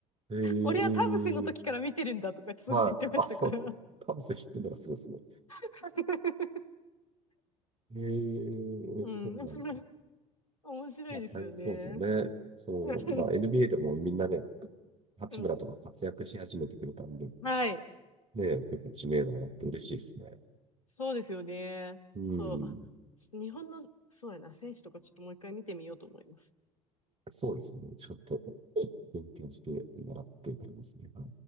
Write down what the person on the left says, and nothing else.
俺は田臥の時から見てるんだとかすごい言ってましたから。
<laughs>
うん。
<laughs> 面白いですよね。
<laughs>
うん。はい。
そうですよね。
そう。ちょっと日本の、そうやな、選手とかちょっともう一回見てみようと思います。